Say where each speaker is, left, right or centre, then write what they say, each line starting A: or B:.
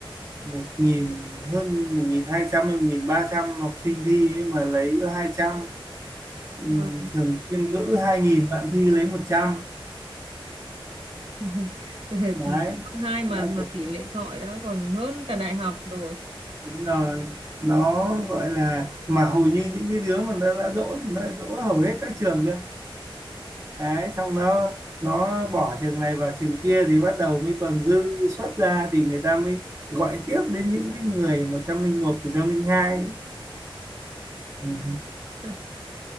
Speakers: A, on the right; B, on the right.
A: một nghìn hơn một nghìn hai trăm hay một nghìn ba trăm học sinh thi ấy mà lấy có hai trăm ừ,
B: vâng
A: trường chuyên ngữ 2.000 bạn thi lấy 100
B: <laughs> bây giờ
A: đấy
B: cấp hai mà
A: đấy,
B: mà
A: cũng-
B: tỷ lệ chọi đã còn hơn cả đại học rồi
A: đúng rồi nó gọi là mà hầu như những cái đứa mà nó đã đỗ thì nó lại đỗ hầu hết các trường cơ đấy xong nó nó bỏ trường này vào trường kia thì bắt đầu mới còn dư suất ra thì người ta mới gọi tiếp đến những cái người 101, 102 ừ,
B: <laughs>